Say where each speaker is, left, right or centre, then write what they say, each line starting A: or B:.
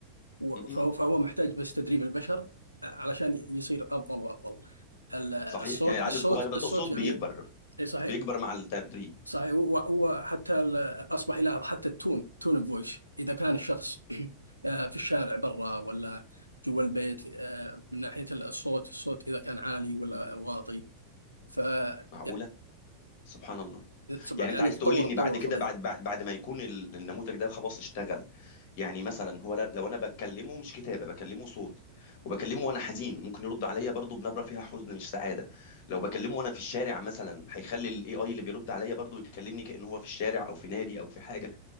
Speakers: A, on the left; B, on the left.
A: و-
B: م-م.
A: فهو فهو محتاج بس تدريب البشر علشان يصير افضل وافضل ال- الصوت
B: صحيح يعني العقل
A: الصوت
B: الصغير ده
A: الصوت
B: تقصد
A: يعني
B: بيكبر
A: اي صحيح
B: بيكبر مع التدريب
A: صحيح هو هو حتى ال- اصبح يلاحظ حتى التون تون الفويس اذا كان الشخص <clears throat> آه، في الشارع برا ولا جوا البيت آه، من ناحيه الصوت الصوت اذا كان عالي ولا
B: م.
A: واطي فيعني
B: معقوله سبحان الله
A: يعني
B: يعني انت
A: يعني
B: عايز
A: تطور
B: تقول لي ان
A: تطور
B: بعد كده
A: فظيع
B: بعد بعد بعد ما يكون ال- النموذج ده خلاص اشتغل يعني مثلا هو لا- لو انا بكلمه مش كتابه بكلمه صوت وبكلمه وانا حزين ممكن يرد عليا برضو بنبره فيها حزن مش سعاده لو بكلمه وانا في الشارع مثلا هيخلي الاي اي اللي بيرد عليا برضو يكلمني كأنه هو في الشارع او في نادي او في حاجه